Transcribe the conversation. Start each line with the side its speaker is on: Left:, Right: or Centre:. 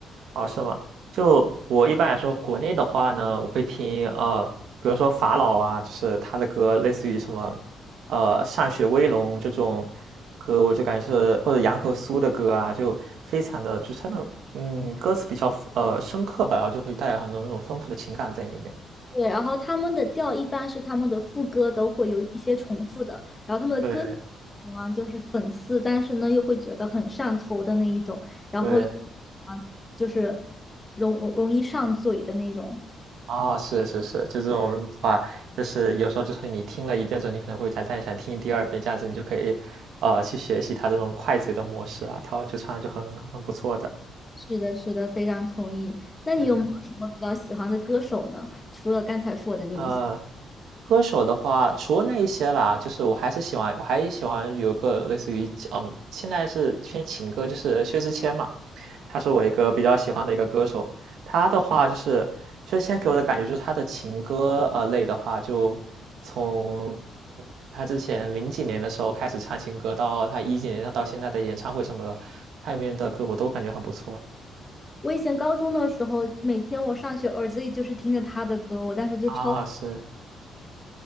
Right: 哦，是吗？就我一般来说，国内的话呢，我会听呃，比如说法老啊，就是他的歌，类似于什么呃《歃血威龙》这种歌，我就感觉是或者杨和苏的歌啊，就非常的就是他那种嗯歌词比较呃深刻吧，然后就会带有很多那种丰富的情感在里面。
Left: 对，然后他们的调一般是他们的副歌都会有一些重复的，然后他们的歌
Right: 对
Left: 喜欢就是讽刺，但是呢又会觉得很上头的那一种，然后
Right: 对。
Left: 啊就是容容易上嘴的那种。
Right: 啊，是是是，就这种的话，就是有时候就是你听了一遍之后，你可能会再再想听第二遍，这样子你就可以，呃，去学习他这种快嘴的模式啊，它就唱的就很很不错的。
Left: 是的，是的，非常同意。那你有没有什么比较喜欢的歌手呢？
Right: 对，
Left: 除了刚才说的那一些，
Right: 呃，歌手的话，除了那一些啦，就是我还是喜欢我还喜欢有个类似于，嗯，现在是偏情歌，就是薛之谦嘛。他是我一个比较喜欢的一个歌手。他的话就是，就是现在给我的感觉就是他的情歌呃类的话，就从他之前零几年的时候开始唱情歌，到他一几年到现在的演唱会什么的，他里面的歌我都感觉很不错。
Left: 我以前高中的时候，每天我上学耳机里就是听着他的歌，我当时就超
Right: 啊，是，